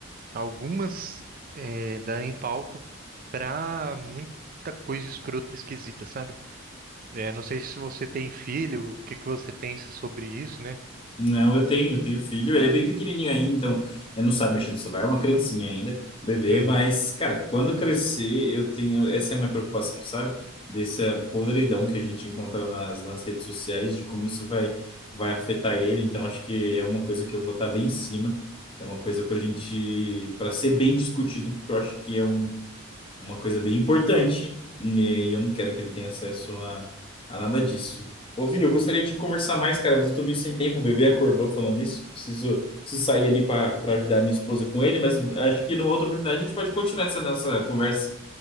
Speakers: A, on the right (about 40°); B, on the left (about 25°).
A: algumas eh, darem palco pra muita coisa escrota, esquisita, sabe? Eh, não sei se você tem filho, o que que você pensa sobre isso, né?
B: Não, eu tenho, eu tenho filho. Ele é bem pequenininho ainda, então ele não sabe mexer no celular, é uma criancinha ainda, bebê.
A: Uhum.
B: Mas, cara, quando crescer, eu tenho. Essa é a minha preocupação, sabe? Dessa podridão que a gente encontra nas, nas redes sociais, de como isso vai, vai afetar ele. Então, acho que é uma coisa que eu vou estar bem em cima. É uma coisa pra gente, pra ser bem discutido, porque eu acho que é um uma coisa bem importante, eh, e eu não quero que ele tenha acesso a, a nada disso. Ô, Vini, eu gostaria de conversar mais, cara, mas eu tô meio sem tempo. O bebê acordou falando isso. Preciso, preciso sair ali para para ajudar a minha esposa com ele, mas acho que numa outra oportunidade a gente pode continuar essa nossa conversa.